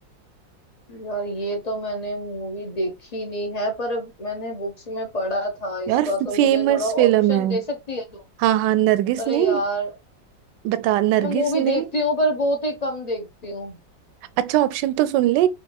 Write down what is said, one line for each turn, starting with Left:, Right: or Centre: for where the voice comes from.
Left: यार ये तो मैंने मूवी देखी नहीं है पर मैंने बुक्स में पढ़ा था इसका
Right: यार
Left: तो
Right: फेमस
Left: मुझे थोड़ा
Right: फिल्म
Left: ऑप्शन
Right: है
Left: दे सकती है तो
Right: हाँ हाँ नरगिस
Left: अरे
Right: ने
Left: यार
Right: बता नरगिस
Left: मैं मूवी
Right: ने
Left: देखती हूँ पर बहुत ही कम देखती हूँ
Right: अच्छा ऑप्शन तो सुन ले